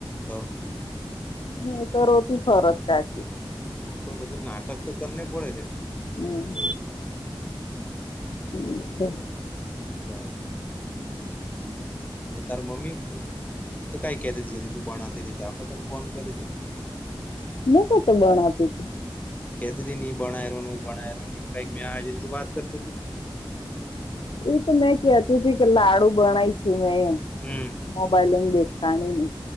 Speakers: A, on the left; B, on the left.
A: તો.
B: નહી તો હોતી ફરત <unintelligible>
A: હું તો બધી નાટક તો કરને પડે કે
B: હમ્મ અચ્છા.
A: તો અને તો તાર મમ્મી તો કઈ કેતી જે તી તું ભાનાવતી તી તો આખોતા તન ફોન કરી હતી.
B: મે કા તો ભણાવતી હતી.
A: કહેતી હતી નિ ભણ્યા નું ભણ્યા રહ નું કંઈ મે આ જે તું વાત કરતી હતી.
B: એવું તો મેં કહેતી હતી કે લાડુ બનાવ્યું છું મેં એમ.
A: હમ્મ.
B: મોબાઈલ લઈને બેસતાણી ની